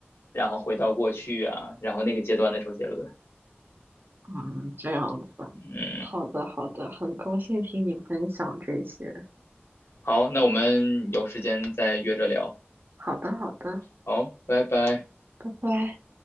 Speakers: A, on the left; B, on the right.
A: 然后回到过去啊，然后那个阶段的周杰伦。
B: 嗯，这样子，
A: 嗯，
B: 好的好的，很高兴听你分享这些，
A: 好，那我们有时间再约着聊。
B: 好的好的，
A: 好，拜拜。
B: 拜拜。